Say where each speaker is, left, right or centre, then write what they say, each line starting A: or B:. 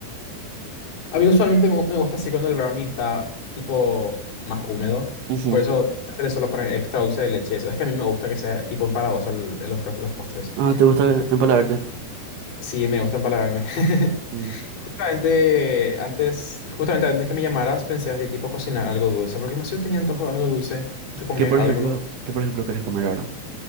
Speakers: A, on the left; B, on the right.
A: A mí usualmente me, me gusta así cuando el brownie está, tipo, más húmedo.
B: Ujú.
A: Por eso le suelo poner extra dulce de leche. Eso es que a mí me gusta que sea, tipo, empalagoso el- los, fro- los postres.
B: Ah, ¿te gusta empalagarte?
A: Sí, me gusta empalagarme. <laughs>
B: Mm.
A: Justamente antes, justamente antes que me llamaras, pensé así, tipo cocinar algo dulce, porque demasiado tenía antojo de algo dulce, de comer
B: ¿Y qué, por
A: algo.
B: ejemplo, qué, por ejemplo, querés comer ahora?